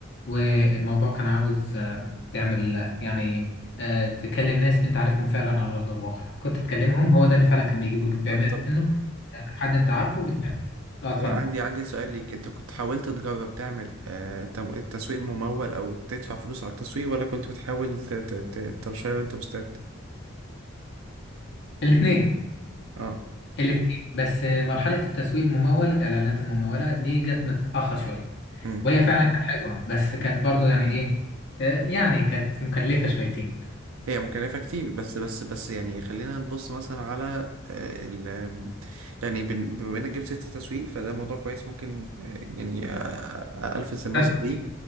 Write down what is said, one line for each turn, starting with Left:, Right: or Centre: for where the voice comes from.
Left: والموضوع كان عاوز آه، تعمل آه، يعني آه، تكلم ناس انت عارفهم فعلا على ارض الواقع كنت تكلمهم هو ده اللي فعلا كان بيجيب وبتبيع
Right: طب طب
Left: منه آه، حد انت عارفه بتبيع اه اتفضل
Right: طب أنا عندي عندي سؤال ليك انت كنت حاولت تجرب تعمل آه تم- تسويق ممول او تدفع فلوس على التسويق ولا كنت بتحاول ت- ت- ت- ترشيه وانت مستعد
Left: الاثنين
Right: اه
Left: الاثنين بس آه، مرحلة التسويق الممول الاعلانات الممولة دي جت متأخر شوية
Right: امم
Left: وهي فعلا كانت حلوة بس كانت برضو يعني ايه آه، يعني كانت مكلفة شويتين
Right: هي مكلفة كتير بس بس بس يعني خلينا نبص مثلا على آه، ال آم، يعني بن- بما انك جبت سيرة التسويق فده موضوع كويس ممكن آه، يعني آه، آه، الفت النظر
Left: فرق
Right: ليه
Left: كتير.